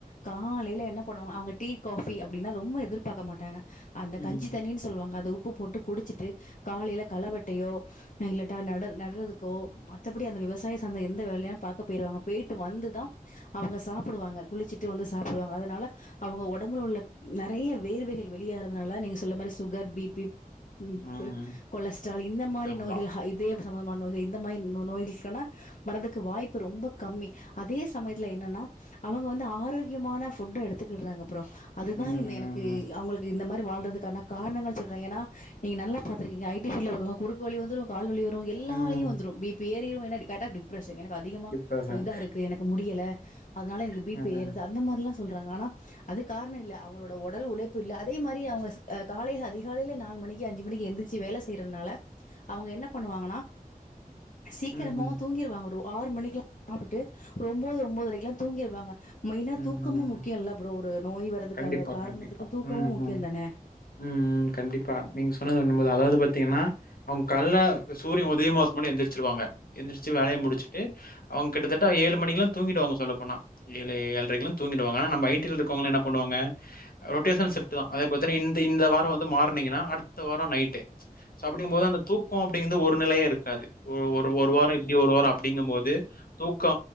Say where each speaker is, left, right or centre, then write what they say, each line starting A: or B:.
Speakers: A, on the left (about 55°); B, on the left (about 75°).
A: காலைல என்ன பண்ணுவாங்க அவங்க டீ காஃபி அப்டின்னா ரொம்ப எதிர்பாக்க மாட்டாங்க அந்த
B: ம்,
A: கஞ்சி தண்ணீனு சொல்லுவாங்க அது உப் உப்பு போட்டு குடிச்சிட்டு காலைல களவெட்டையோ இல்லாட்டா நடந் நட்றதுக்கோ மத்தபடி அந்த விவசாய சாந்த எந்த வேலயோ பாக்க பேய்ருவாங்க பேய்ட்டு வந்துதா அவங்க சாப் புடுவாங்க குளிச்சுட்டு வந்து சாப்புடுவாங்க அதனால அவங்க ஒடம்புல உள்ள நெறயா வேர்வைகள் வெளியேறதுனால நீங்க சொல்ல மாரி சுகர் பீப்பி
B: ம்.
A: ப்பு கொலஸ்ட்ரால் இந்த மாரி
B: ஆமா.
A: நோய்கள் ஹா இதயத் த்த மண் வகை இந்த மாரி நோ நோய்கஸ்களா வரதுக்கு வாய்ப்பு ரொம்ப கம்மி அதே சமயத்தில என்னன்னா அவங்க வந்து ஆரோக்கியமான ஃபுட்டு எடுத்துக்கிடுறாங்க <unintelligible> அதுதா
B: ம், ம்,
A: இந்த எனக்கு அவங்களுக்கு இந்த மாரி வால்றதுக்கான காரணங்கள் சொல்ற ஏனா நீங் நல்லா பாத்திருக்கீங்க ஐ டி ஃப்பீல்டுல இருக்கவங்க குறுக்கு வலி வந்துரு கால் வலி வந் ரு எல்ல
B: ம். ம்.
A: வலியு வந்துரு பீப்பி யோரிரு ஏன்னா கரெக்டா டிப் எனக்கு அதிகமா
B: டிப்ரஷன்.
A: இதா இருக்கு எனக்கு முடியல இதனால எனக்கு பீ
B: ம்,
A: பி ஏறுது அந்த மாரி சொல்றாங்க ஆனா அது காரணம் இல்ல அவங்களோட உடல் உழைப்பு இல்ல அதே மாரி அவங்க அ காலையில அதிகாலையில நாலு மணிக்கு அஞ்சு மணிக்கு எந்திறிச்சு வேலை செய்யறனால அவங்க என்ன பண்ணுவாங்கன்னா சீக்கிரமாவும்
B: ம்,
A: தூங்கிடுவாங்க ஒரு ஆறு மணிக்குல்லா சாப்டுட்டு ஒம்போது ஒம்போதரைக்குலா தூங்கிடுவாங்க மெயினா
B: ம்,
A: தூக்கமு
B: ம்.
A: முக்கியல்ல ப்ரோ ஒரு நோய் வர்றதுக்காக
B: கண்டிப்பா,
A: காரணத்துக்கு
B: கண்டிப்பா.
A: தூக்கமு
B: ம்,
A: முக்கியோ
B: ம்.
A: தான
B: ம், கண்டிப்பா. நீங்க சொன்னது ம் அதாவது பாத்தீங்கன்னா அவங்க கால்ல சூரியன் உதயமாகுறதுக்கு முன்னாடியே எந்திரிச்சுருவாங்க எந்திரிச்சு வேலைய முடிச்சுட்டு அவங்க கிட்டத்தட்ட ஏழு மணிக்குல்லா தூங்கிடுவாங்க சொல்ல போனா <inaudible> ஏழு ஏழரைக்குலா தூங்கிடுவாங்க அப்ப ஐ டி-ல இருக்கறவங்கலா என்ன பண்ணுவாங்க ரொட்டேசன் சிப்ட்டு தா அத பாத்திங்கனா இந்த இந்த வாரம் வந்து மார்னிங்னா அடுத்த வாரம் நைட்டு சோ அப்டினுங்கும் போது தூக்கம்ன்றது ஒரு நிலையா இருக்காது ஒரு ஒரு ஒரு வாரோ இங்க ஒரு வாரோ அப்படிங்கும் போது தூக்கோ